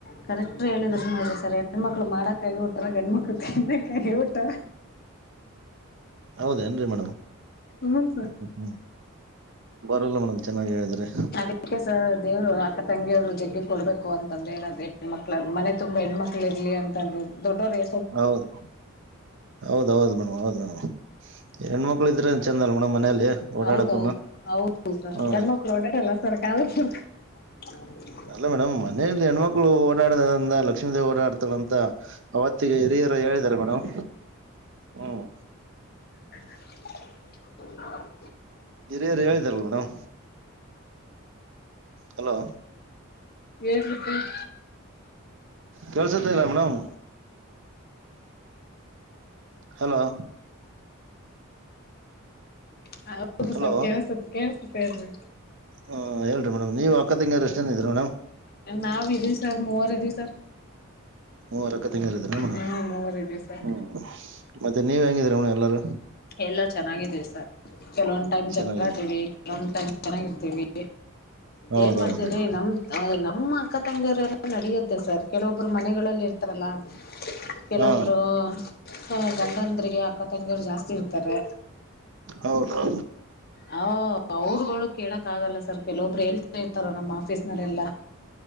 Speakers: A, on the left; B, on the right.
A: ಕರೆಕ್ಟ್ ಹೇಳಿದ್ರ ನೋಡ್ರಿ ಸರ್ ಹೆಣ್ಮಕ್ಳು ಮಾಡಾಕ್ ಆಗಿ ಹುಟ್ಟರ ಗಂಡ್ಮಕ್ಳು ತಿನ್ನಕ್ ಹಾಗಿ ಹುಟ್ಟರ.
B: ಹೌದ ಏನ್ರರಿ ಮೇಡಮ್.
A: ಹ್ಮ್ ಸರ್
B: ಹ್ಮ ಹ್ಮ್ ಬರಲ್ಲ ಮೇಡಮ್ ಚೆನ್ನಾಗಿ ಹೇಳಿದ್ರೆ.
A: ಇಲ್ಲ ಸರ್ ಅದು ಅಕ್ಕ ತಂಗಿಯವ್ರು ಜಗ್ಗಿ ಕೊಡ್ಬೇಕು ಅಂತಂದೇ ಇರೋದು ಹೆಣ ಮಕ್ಳ ಮನೆ ತುಂಬಾ ಹೆಣ್ಮಕ್ಳು ಇರ್ಲಿ ಅಂತ. ದೊಡ್ಡೋ ರೇ
B: ಹೌದು ಹೌದ ಹೌದು ಮೇಡಮ್ ಹೌದು ಮೇಡಮ್ ಹೆಣ್ಮಕ್ಳು ಇದ್ರೆ. ಚೆಂದ ಅಲ್ ಮೋಡಮ್ ಮನೇೆಯಲ್ಲಿ ಓಡಾಡಕನು
A: ಹೌದೌದು ಹೌದು ಸರ್
B: ಹೂ.
A: ಗಂಡ್ಮಕ್ಳು <unintelligible>
B: ಅಲ್ಲ ಮೇಡಮ್ ಮನೆಯಲ್ಲಿ ಹೆಣ್ಮಕ್ಳು ಓಡಾಡದಿಂದ ಲಕ್ಷ್ಮೀ ದೇವಿ ಓಡಾಡ್ತಾಳಂತ ಅವತ್ತಿಗೆ ಹಿರಿಯ. ಹೇಳಿದ್ದಾರೆ ಮೇಡಮ್. ಹ್ಮ್
A: <unintelligible>
B: ಹಿರಿಯರು ಹೇಳಿದಾರಲ್ಲ ಮೇಡಮ್. ಹಲೋ
A: ಹೇಳ್ರಿ ಸರ್.
B: ಕೆಳ್ಸತ್ತ ಇಲ್ಲ ಮೇಡಮ್. ಹಲೋ
A: ಹ ಹೌದು
B: ಹಲೋ
A: ಸ ಕೇಳಸುತ್ತ ಕೇಳ್ಸುತ್ತ ಹೇಳ್ರಿ
B: ಹ್ ಹೇಳಿರಿ ಮೇಡಮ್ ನೀವು ಅಕ್ಕದಂಗ ಎಷ್ಟೇನ ಇದೀ ಮೇಮ್
A: ನಾವವು ಇದೀ ಸರ್ ಮೂವರ್ ಇದೀ ಸರ್
B: ಮೂವರಕ್ಕ ತಂಗಾರಿದರ ಅವಡ
A: ಹ್ಮ ಮೂವರ್ ಇದೀವಿ ಸರ್
B: ಹ್ಮ್ ಮತ್ತೆ ನೀವ್ ಹೆಂಗಿದೀರ ಅವ ಎಲ್ಲಾರು
A: ಎಲ್ಲ ಚೆನ್ನಾಗಿದೀವಿ ಸರ್ ಕೆಲವೊಂದ್ ಟೈಮ್
B: ಚೆನ್ನಾಗಿದ್ರ
A: ಜ ಆವಿ ಕೆಲವಂದ್ ಟೈಮ್ ಚೆನ್ನಾಗಿರ್ತಿವಿ
B: ಹೌದೌದು
A: ಏನ್ ಮಾಡ್ತಿದ್ರಿ ನಮ್ ನಮ್ಮ ಅಕ್ಕ ತಂಗಿಯರೆಲ್ಲ ನಡಿಯುತ್ತೆ ಸರ್ ಕೆಲವೊಬ್ರು ಮನೆಗಳಲ್ಲಿ ಇರ್ತಾರಲ್ಲ ಕೆಲವೊಬ್ರು
B: ಹಾ
A: ಹ ಗಂಡಂದ್ರಿಗೆ ಅಕ್ಕ ತಂಗಿಯರು ಜಾಸ್ತಿ ಇರ್ತಾರೆ
B: ಹೌದೌ
A: ಹ ಅವರುಗಳು ಕೇಳಕ್ ಆಗಲ್ಲ ಸರ್ ಕೆಲವೊಬ್ರು ಹೇಳ್ತಾ ಇರ್ತಾರ ನಮ್ಮ್ ಆಫೀಸ್ ನಲ್ಲೆಲ್ಲಾ